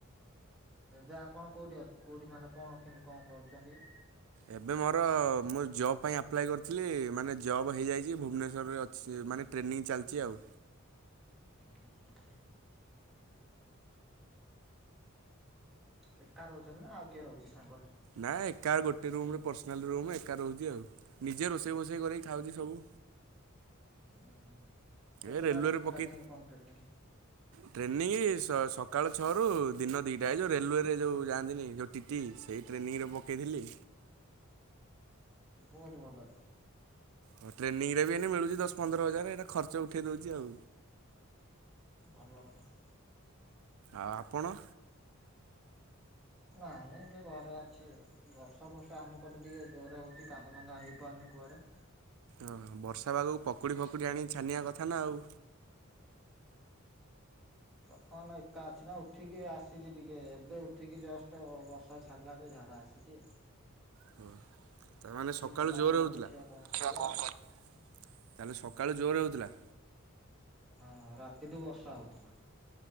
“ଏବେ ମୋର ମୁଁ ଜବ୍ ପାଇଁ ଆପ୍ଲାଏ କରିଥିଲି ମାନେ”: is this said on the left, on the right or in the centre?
Right